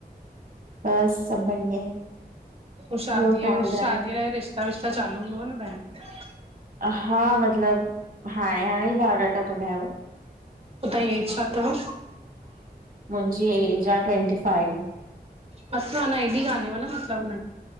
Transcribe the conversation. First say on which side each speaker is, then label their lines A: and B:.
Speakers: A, on the right; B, on the right.
A: बस सब बढ़िया।
B: पो शादीअ
A: ॿियो तव्हां ॿुधायो?
B: शादीअ लाइ रिश्ता विश्ता चालू हूंदव न ॿाहेर।
A: हा मतलब हाणे हाणे ई ॿायोॾाटा कडायो आ।
B: तवांजी एज छा तव?
A: मुंहिंजी ऐज आहे ट्वंटी फाइव।
B: बस अना हेॾी काने व न मतलब।